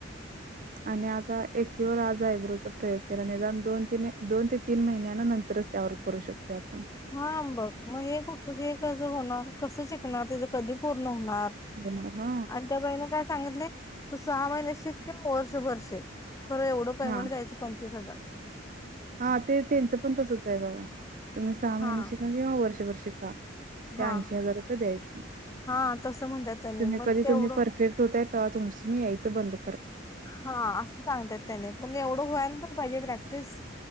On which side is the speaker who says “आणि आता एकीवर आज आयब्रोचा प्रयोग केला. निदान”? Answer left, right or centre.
Right